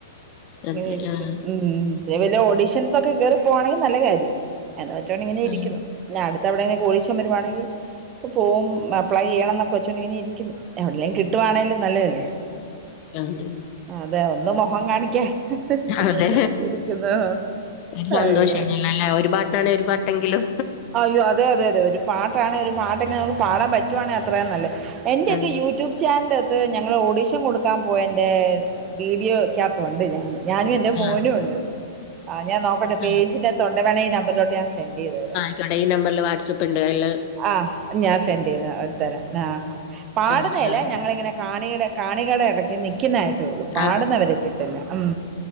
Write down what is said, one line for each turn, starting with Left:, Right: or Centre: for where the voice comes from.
Left: അതെ
Right: ഇങ്ങനെ ഇരിക്കുന്നു
Left: ആഹ്
Right: ഉം ഉം പിന്നെ വല്ല ഓഡീഷനോക്കെ കേറി പോവാണെങ്കി നല്ല കാര്യം. എന്ന് വെച്ചോണ്ട് ഇങ്ങനെ
Left: ആഹ്
Right: ഇരിക്കുന്നു പിന്നെ അടുത്ത് എവിടെങ്കിലും ഓഡിഷൻ വരുവാണെങ്കിൽ പോവും <unintelligible> അപ്ലൈ ചെയ്യണം എന്നൊക്കെ വെച്ചോണ്ടിങ്ങനെ ഇരിക്കുന്ന് എവിടേലും കിട്ടുവാണേലും നല്ലതല്ലേ.
Left: അതെ
Right: അതെ ഒന്ന് മൊഹം കാണിക്കാ എന്ന്
Left: അതെ
Right: വെച്ചോണ്ടൊക്കെ ഇരിക്കുന്നു.
Left: ഒരു സന്തോഷാണല്ലോല്ലേ
Right: അയ്യോ
Left: ഒരു പാട്ടാണെ ഒരു പാട്ടെങ്കിലും
Right: അയ്യോ അതെ അതെ അതെ ഒരു പാട്ടാണെ ഒരു പാട്ടെങ്ങെ നമുക്ക് പാടാൻ പറ്റുവാണേ അത്രയും നല്ലത് എന്റെയൊക്കെ
Left: അതെ
Right: യൂട്യൂബ് ച്ചാൻ്റെത്ത് ഞങ്ങൾ ഓഡീഷൻ കൊടുക്കാൻ പോയെന്റെ വീഡിയോക്കാത്ത് ഒണ്ട് ഞാന് ഞാനും എൻ്റെ മോനും
Left: ആഹ്
Right: ഒണ്ട് ആഹ് ഞാൻ നോക്കട്ടെ
Left: ആഹ്
Right: പേജിനാത്തൊണ്ടെ വേണെ ഈ നമ്പറിലോട്ട് ഞാൻ സെൻ് ചെയ്ത് തരാം
Left: ക്കാടെ ഈ നമ്പറിൽ വാട്സ്ആപ്പ് ഇണ്ട് അയില്
Right: ആഹ് ഞാൻ സെൻറ് <unintelligible> ചെയ്ത് തരാം ആഹ് ആഹ് പാടുന്നെയല്ലാ
Left: ആഹ് ആഹ്
Right: ഞങ്ങളിങ്ങനെ കാണീടെ കാണികടെ എടക്ക്‌ നിക്കുന്നതായിട്ടേ ഉള്ളൂ പാടുന്നെ
Left: ആഹ്
Right: അവര് ഇട്ടിട്ടില്ലാ ഉം